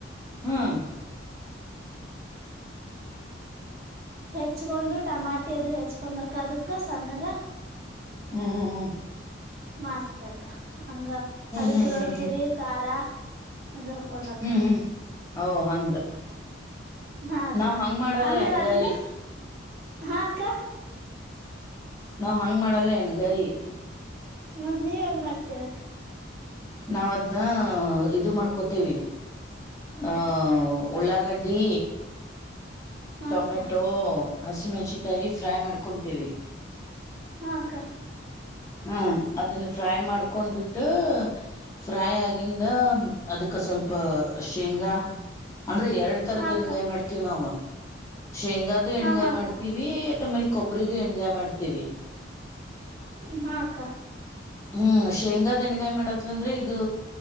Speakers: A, on the left; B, on the right.
A: ಹ್ಮ್
B: ಹೆಚ್ಕೊಂಡು ಟಮಾಟಿ ಅದು ಹೆಚ್ಕೊಂಡಕ್ಕ ಅದಕ್ಕ ಸಣ್ಣಗ
A: ಹ್ಮ್ ಹ್ಮ್ ಹ್ಮ್.
B: ಮಸ್ತ್. ಹಂಗ ಅದ
A: ಹ್ಮ್
B: ಗುರಳ
A: ಹ್ಮ್ ಹ್ಮ್
B: ಪುಡಿ ಖಾರ. ಅದು ಹಾಕ್ಕೊಂಡಕ್.
A: ಹ್ಮ್ ಹ್ಮ್ ಓ ಹಂಗ.
B: ಹ್ಮ ಅಕ್ಕ
A: ನಾವ್ ಹಂಗ್ ಮಾಡಲ್ಲ
B: ಆಮೇಲೆ
A: ಎಣ್ಗಾಯಿ
B: ಅದ್ನ. ಹಾ ಅಕ್ಕ.
A: ನಾವ್ ಹಂಗ್ ಮಾಡಲ್ಲ ಹೆಣಗಾಯಿ.
B: ಮತ್ತತ್ ನೀವ್ ಹೆಂಗ ಮಾಡ್ತಿರಕ್.
A: ನಾವ ಅದ್ನ್ನ ಇದು ಮಾಡ್ಕೋತೇವಿ ಅಹ ಉಳ್ಳಾಗಡ್ಡಿ.
B: ಹಾ
A: ಟೊಮೆಟೊ.
B: ಅಕ್ಕ
A: ಹಸಿಮೆಣಸಿನ್ಕಾಯಿ ಫ್ರೈ ಮಾಡ್ಕೊತೀವಿ.
B: ಹಾ ಅಕ್ಕ.
A: ಹ್ಮ ಅದನ್ನ ಫ್ರೈ ಮಾಡ್ಕೊಂಡ್ಬಿಟ್ಟು ಫ್ರೈ ಆಗಿಂದ ಅದಕ್ಕ ಸ್ವಲ್ಪ ಶೇಂಗಾ. ಅಂದ್ರೆ ಎರಡ್ ತರದ
B: ಅಕ್ಕ
A: ಹೆಣಗಾಯಿ ಮಾಡ್ತೀವಿ ನಾವು. ಶೇಂಗದುು ಎಣಗಾಯಿ
B: ಹಾ ಅಕ್ಕ
A: ಮಾಡ್ತೀವಿ. ಆಮೇಲೆ ಕೊಬ್ಬರಿದು ಹೆಣಗಾಯಿ ಮಾಡ್ತೀವಿ.
B: ಹ ಹಾ ಅಕ್ಕ.
A: ಹ್ಮ್ ಶೇಂಗಾದ ಹೆಣಗಾಯಿ ಮಾಡತ್ವಂದ್ರೆ ಇದು